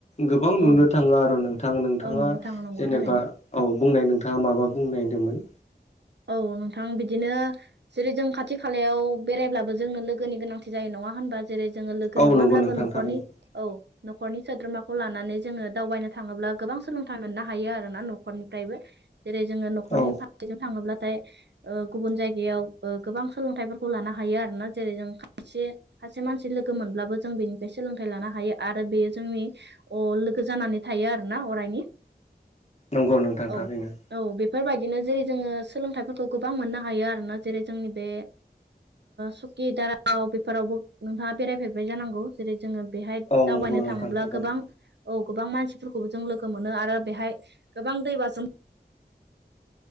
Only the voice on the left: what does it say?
गोबां नुनो
थाङो आरो नोंथां नोंथाङा
जेनेबा
औ बुंनाय नोंथाङा माबा बुंनायदोंमोन
औ
नंगौ नोंथां
थारैनो
औ
नंगौ नोंथां
थारैनो
औ
नंगौ नोंथां
थारैनो